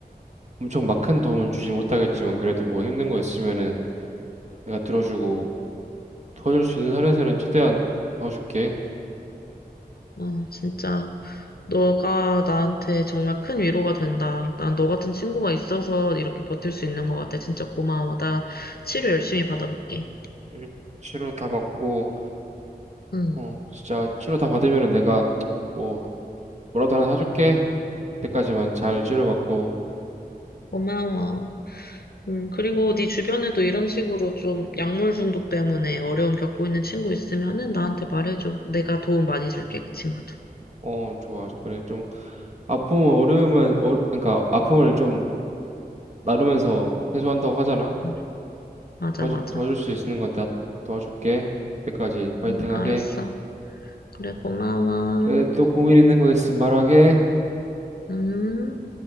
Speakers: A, on the right; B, on the left.
A: 엄청 막 큰 도움은 주지 못하겠지만 그래도 뭐 힘든 거 있으면은 내가 들어주고 도와줄 수 있는 선에서는 최대한 도와줄게.
B: 어, 진짜. 너가 나한테 정말 큰 위로가 된다. 난 너 같은 친구가 있어서 이렇게 버틸 수 있는 것 같아. 진짜 고마워. 나 치료 열심히 받아볼게.
A: 음, 치료 다 받고,
B: 응.
A: 어, 진짜 치료 다 받으면은 내가 뭐, 뭐라도 하나 사줄게. 그때까지만 잘 치료받고,
B: 고마워. 음, 그리고 네 주변에도 이런 식으로 좀 약물 중독 때문에 어려움 겪고 있는 친구 있으면은 나한테 말해줘. 내가 도움 많이 줄게, 그 친구도.
A: 어, 좋아. 저 그래. 좀, 아픔, 어려움은, 어, 그러니까 아픔을 좀 나누면서 해소한다고 하잖아.
B: 응, 맞아,
A: 도와주,
B: 맞아.
A: 도와줄 수 있는 건 다 도와줄게. 그때까지 파이팅
B: 응, 알았어.
A: 하게.
B: 그래, 고마워.
A: 그래, 또 고민 있는 거 있으면 말하게.
B: 음.